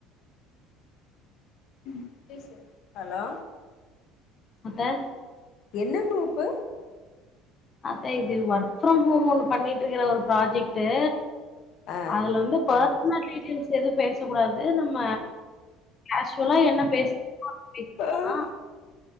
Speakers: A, on the left; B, on the left.
A: ம் பேசு ஹலோ
B: அத்த
A: என்ன குரூப்பு
B: அத்த இது ஒர்க் ஃப்ரம் ஹோம் ஒன்னு பண்ணிட்டு இருக்கிற ஒரு ப்ராஜெக்ட்டு
A: ஆ
B: அதுல வந்து ஃபஸ்னல் டீட்டெயில்ஸ் எது பேச கூடாது நம்ம அக்ஷுவலா என்ன பேசுனுமோ அத அப்டினா
A: ஆ